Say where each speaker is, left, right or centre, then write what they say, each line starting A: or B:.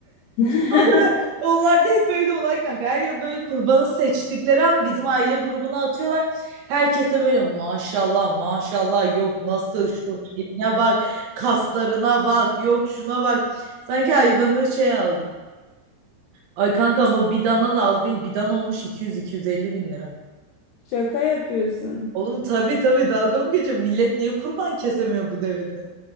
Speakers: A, on the left; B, on the right.
A: <laughs>
B: O kadar. Onlar da hep böyle olay kanka. Her yıl böyle kurbanı seçtikleri an bizim aile grubuna atıyorlar. Herkes de böyle maşallah maşallah yok nasıl şu şeyine bak kaslarına bak yok şuna bak. Sanki hayvanı şey aldı. Ay kanka ama bir dana da az değil. Bir dana olmuş iki iki yüz iki yüz elli bin lira.
A: Şaka yapıyorsun.
B: Oğlum tabii tabii dalga mı geçiyor? Millet niye kurban kesemiyor bu devirde?